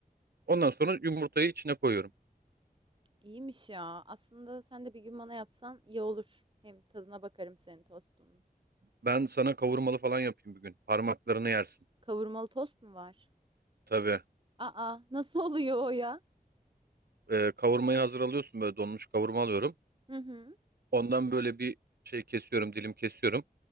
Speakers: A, on the right; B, on the right.
A: Ondan sonra yumurtayı içine koyuyorum.
B: İyiymiş ya. Aslında sen de bir gün bana yapsan iyi olur. Hem tadına bakarım senin tostunun.
A: Ben sana kavurmalı falan yapayım bir gün. Parmaklarını yersin.
B: Kavurmalı tost mu var?
A: Tabii.
B: Aa, nasıl <laughs> oluyor o ya?
A: Ee, kavurmayı hazır alıyorsun böyle donmuş kavurma alıyorum.
B: Hı hı.
A: Ondan böyle bir şey kesiyorum, dilim kesiyorum.